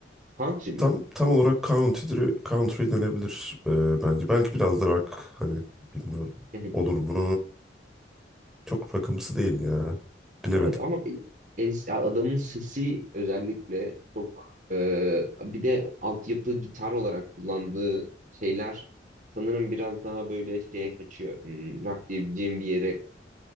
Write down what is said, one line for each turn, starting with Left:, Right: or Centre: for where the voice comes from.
Right: Country
Centre: tam
Right: mi?
Centre: tam olarak country, country denebilir ee, bence. Belki biraz da rock hani bilmiyorum.
Right: Hı hı.
Centre: Olur mu? Çok rockımsı değil ya. Bilemedim.
Right: Evet ama e, en- adamın sesi özellikle çok e, bir de altyapı gitar olarak kullandığı şeyler sanırım biraz daha böyle şeye kaçıyor. Hmm, rock diyebileceğim bir yere